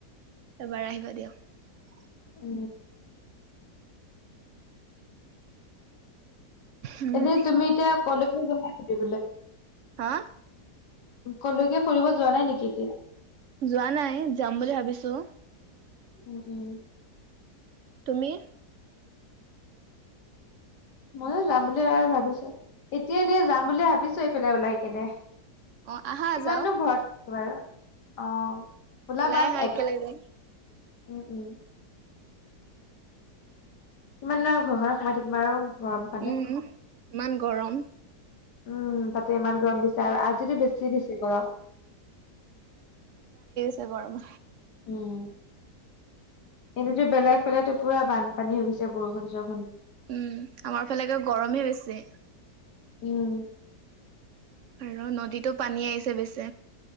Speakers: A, on the right; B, on the left.
A: এবাৰ আহিবা দিয়ক
B: উ
A: উম,
B: এনেই তুমি এতিয়া কলেজ যাধলে
A: হা
B: কলৈকে ফুৰিব যোৱা নাই নেকি এতিয়া
A: যোৱা নাই যাম বুলি ভাবিছো
B: উ
A: তুমি
B: ময়ো যাম বুলি আৰু ভাবিছো এতিয়া এনেই যাম বুলি ভাবিছো এইফালে ওলাই কেনে
A: অ', আহা
B: কিমাননো
A: যাওঁ
B: ঘৰত থাকে বাৰু অ' খোলা
A: ওলাই
B: বাট
A: আহা
B: এক
A: একেলগে যাম
B: উম উম। কিমান দি আৰু ঘৰখনত সোমাই থাকিম আৰু গৰম
A: উম,
B: <unintelligible>
A: ইমান গৰম
B: উম তাতে ইমান গম দি। আজো বেছি দিছে গৰম।
A: ছে গৰম।
B: উম। এনেতো বেলেগ ফালেো পুৰা বানপানী হৈ গৈছে বৰষুণ চ
A: উম আমাৰ ফালেকে গৰমে বেছি।
B: উম।
A: আৰু নদীতো পানী আহিছে বেচ।